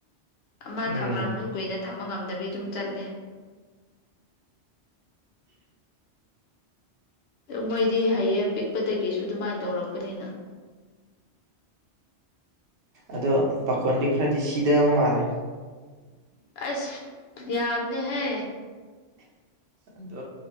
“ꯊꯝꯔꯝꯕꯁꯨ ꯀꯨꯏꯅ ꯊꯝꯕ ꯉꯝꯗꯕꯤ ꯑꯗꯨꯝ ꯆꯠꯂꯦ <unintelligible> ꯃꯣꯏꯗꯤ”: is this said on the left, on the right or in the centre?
Left